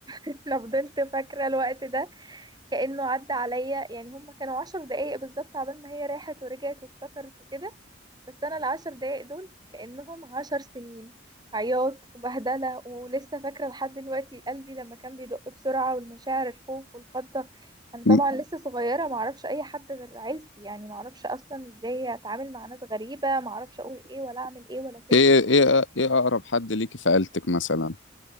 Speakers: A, on the right; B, on the left.
A: <laughs> انا فضلت فاكرة الوقت ده كأنه عدى عليا يعني هما كانوا عشر دقايق بالظبط عبال ما هي راحت ورجعت وافتكرت وكده بس انا العشر دقايق دول كأنهم عشر سنين عياط وبهدلة ولسه فاكرة لحد دلوقتي قلبي لما كان بيدق بسرعة والمشاعر الخوف والفضة انا طبعا
B: مم.
A: لسه صغيرة معرفش اي حد غير عيلتي يعني معرفش اصلا ازاي اتعامل مع ناس غريبة معرفش اقول ايه ولا اعمل ايه ولا كده
B: ايه ايه ايه اقرب حد ليكي في عيلتك مثلا